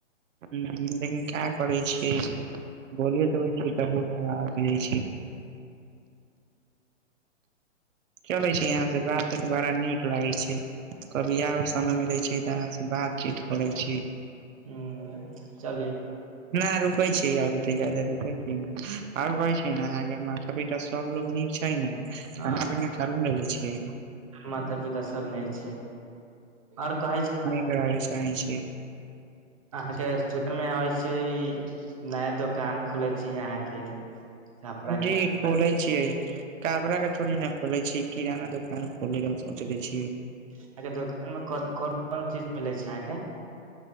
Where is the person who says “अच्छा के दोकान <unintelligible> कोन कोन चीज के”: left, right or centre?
Right